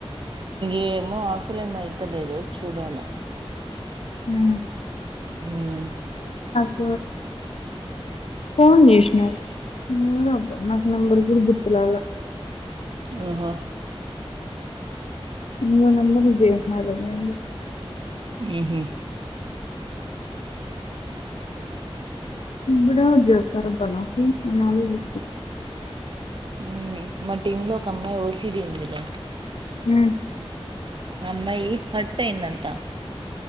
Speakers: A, on the right; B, on the left.
A: ఏమో ఆకలేమైయితా లేదు చూడలా
B: హ
A: హ
B: ఆ ఫోన్ చేసినారు ఎవరాబ్బ నాకు నెంబర్ కూడా గుర్తులాల
A: ఆఓహో
B: మూ నబరు విజయ నాలద అం
A: ఆహ
B: ఇడ ఉద్దసరప నక అది వి
A: ఉ మా టీమ్ లో ఒక అమ్మాయి ఓసిడి ఉందిరా
B: హ
A: అమ్మాయి కట్ట అయిందంటా